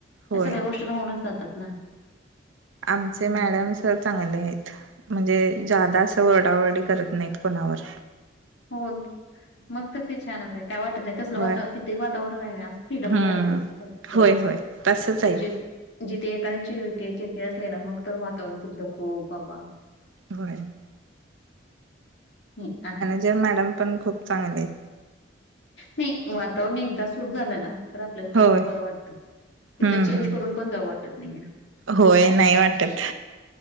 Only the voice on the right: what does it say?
होय.
आमचे
मॅडम सर चांगले आहेत. म्हणजे ज्यादा असं वरडाओरडी करत नाहीत कुणावर.
होय
हम्म
होय होय तसच
आहेत.
होय
त्या मॅडम पण खूप चांगल्या आहित.
होय
हम्म
हम्म
होय नाही वाटत